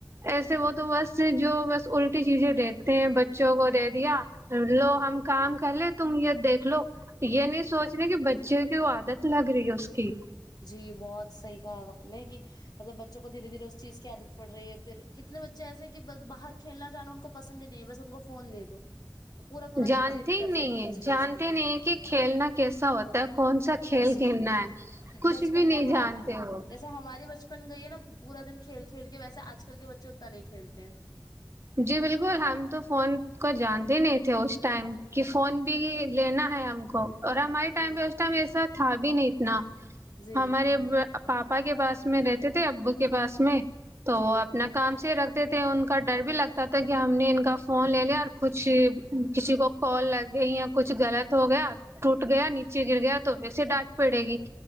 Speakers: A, on the right; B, on the left.
A: ایسے وہ تو بس جو بس الٹی چیزیں دیتے ہیں بچوں کو دے دیا
B: ہاں
A: لو ہم کام کر لے تم یہ دیکھ لو یہ نہیں سوچ رہ کہ بچوں کی عادت لگ رہی ہے اس کی
B: جی بہت صحیح کہا آپ نے کہ مطلب بچوں کو دھیرے دھیرے اس چیز کی عادت پڑ رہی ہے پھر کتنے بچے ایس ہیں کہ باہر کھیلنا جانا ان کو پسند ہی نہیں ہے بس ان کو فون دے دو وہ پورا پورا
A: جانتے
B: دن ضد
A: ہی
B: کر
A: نہیں
B: سکتے
A: ہے
B: ہیں اس چیز
A: جانتے
B: کے لیے
A: نہیں ہیں کہ کھیلنا کیسا ہوتا ہے کون سا کھیل کھیلنا
B: جی
A: ہے کچھ
B: بچپن
A: بھی نہیں
B: میں ہاں
A: جانتے وہ
B: جیسے ہماری بچپن گئی ہے نا پورا دن کھیل کھیل کے ویسے آج کل کے بچے اتنا نہیں کھیلتے ہیں
A: جی بالکل ہم تو فون کو جان دینے تھے اس ٹائم کی فون بھی لینا ہے ہم کو <inaudible> اور ہمارے ٹائم
B: جی
A: پہ اس ٹائم ایسا تھا بھی نہیں اتنا
B: جی
A: ہمارے پاپا کے پاس میں رہتے تھے اب کے پاس میں <inaudible> تو
B: جی
A: وہ اپنا کام سے رکھتے تھے ان کا بھی لگتا تھا کہ ہم نے ان کا فون لے لیا اور کچھ کسی کو کال لگ گئی یا کچھ غلط ہو گیا ٹوٹ گیا نیچے گر گیا تو ویسے ڈانٹ پڑے گی <inaudible>